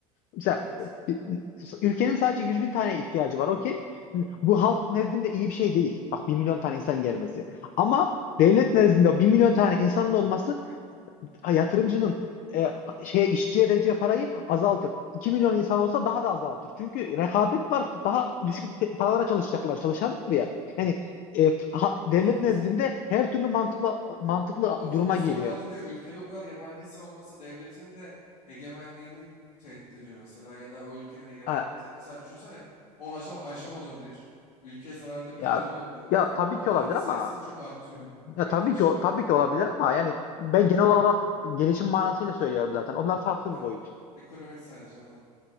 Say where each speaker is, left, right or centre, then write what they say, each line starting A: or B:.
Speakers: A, on the left; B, on the left.
A: Mesela
B: Evet,
A: e, ülkenin sadece 100 bin tane ihtiyacı var okey. Bu halk nezdinde iyi bir şey değil. Bak bir milyon tane insan gelmesi. Ama devlet nezdinde bir milyon tane insanın olması yatırımcının e, şeye işçiye vereceği parayı azaltır. 2 milyon insan olsa daha da azaltır. Çünkü rekabet var. Daha düşük pe- paralara çalışacaklar çalışanlar ya. Yani e, ha- devlet
B: evet.
A: nezdinde her türlü mantıklı mantıklı
B: Ama
A: duruma
B: uzun
A: geliyor.
B: vadede ülkede o kadar yabancı insan olması devletin de egemenliğini tehdit ediyor mesela ya da o ülkenin egemenliğini
A: Ha,
B: tehdit. Mesela düşünsene o ajan, ajan olabilir, ülkeye zararlı birileri
A: ya
B: olabilir falan.
A: ya tabii
B: Onlar
A: ki olabilir
B: da
A: ama
B: sayısı çok artıyor.
A: Ya
B: Aynen
A: tabii
B: işte
A: ki o-
B: onlar
A: tabii
B: da
A: ki olabilir ama yani ben genel olarak gelişim manasıyla söylüyorum zaten. Onlar farklı
B: aynen.
A: bir boyut.
B: Ekonomik sadece anladım.